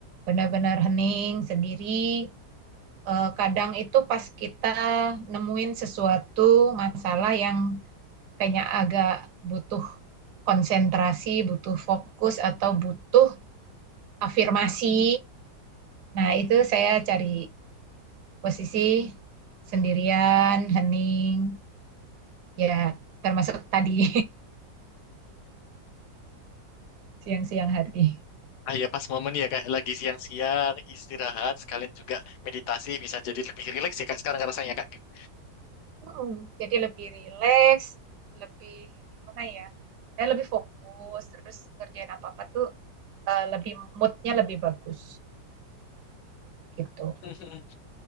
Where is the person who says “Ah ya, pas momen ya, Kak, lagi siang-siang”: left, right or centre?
Left